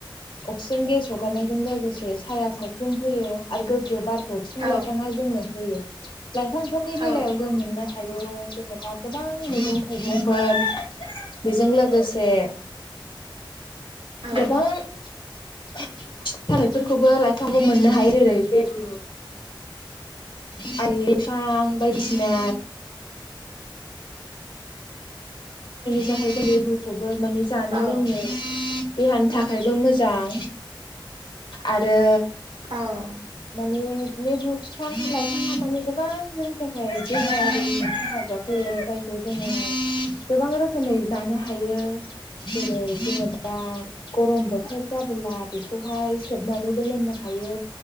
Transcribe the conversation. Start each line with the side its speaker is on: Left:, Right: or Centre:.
Left: अक्सिजेन गेस हगारनायजों लोगोसे साया सायखुम होयो आरो गोग्गो बार <unintelligible> फिफां
Right: औ
Left: लाइफाङा जोंनो होयो। लाइफांफोरनि
Right: औ
Left: बेलायाव जों मोननो थायो जेनेबा गोबां मैगं थाइगंफोर बेजों लोगोसे
Right: औ
Left: गोबां <unintelligible> लाइफांबो मोननो हायो जेरै लेबु <unintelligible> <unintelligible> हायो जायनि जाहै <unintelligible> माने जानो
Right: औ
Left: लोंनो <unintelligible> देहानि थाखायबो मोजां आरो
Right: औ
Left: माने <unintelligible> <unintelligible> खौ जोङो <unintelligible> गोबां रोखोमै जानो हायो जेरै जेनेबा गरम बोथोर जाबोला बेखौहाय सेबनानैबो लोंनो हायो